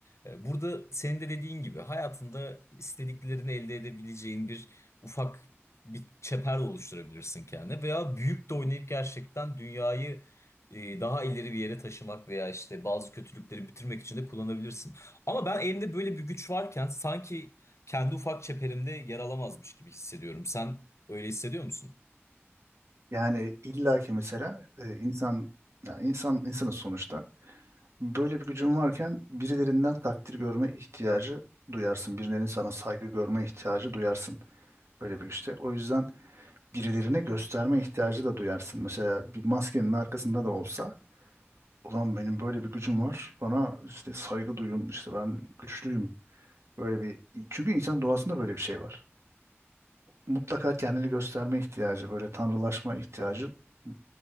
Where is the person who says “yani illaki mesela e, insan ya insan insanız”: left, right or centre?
Right